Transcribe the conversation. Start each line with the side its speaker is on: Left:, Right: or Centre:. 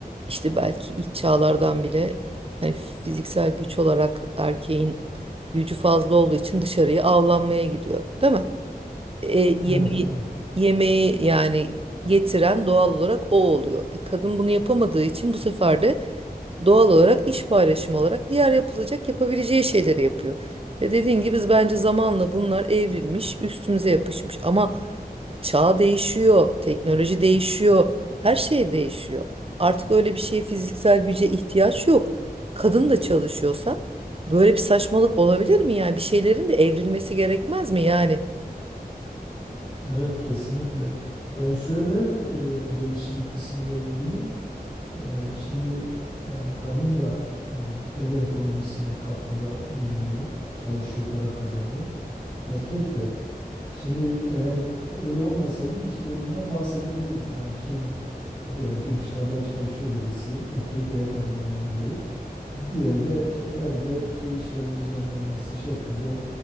Right: işte belki ilk çağlardan bile hani fiziksel güç olarak erkeğin gücü fazla olduğu için dışarıya avlanmaya gidiyor, değil mi? E, yemeği,
Left: Evet, aynen.
Right: yemeği yani getiren doğal olarak o oluyor. E, kadın bunu yapamadığı için bu sefer de doğal olarak iş paylaşımı olarak diğer yapılacak yapabileceği şeyleri yapıyor. Ve dediğin gibi biz bence zamanla bunlar evrilmiş, üstümüze yapışmış. Ama çağ değişiyor, teknoloji değişiyor, her şey değişiyor. Artık öyle bir şeye fiziksel güce ihtiyaç yok. Kadın da çalışıyorsa böyle bir saçmalık olabilir mi yani? Bir şeylerin de evrilmesi gerekmez mi yani?
Left: Evet kesinlikle. Yani şöyle e, o değişim kısmıyla ilgili Eee, şimdi yani kadın da eee, ev ekonomisine katkıda bulunuyor, çalışıyor, para kazanıyor. Erkek de. Şimdi eğer öyle olmasaydı iş bölümünden bahsedebilirdik. Hani kim diyelim ki dışarıda çalışıyor birisi, erkek veya kadın önemli değil. Diğeri de işte evdeki işlerin düzenlenmesi şeklinde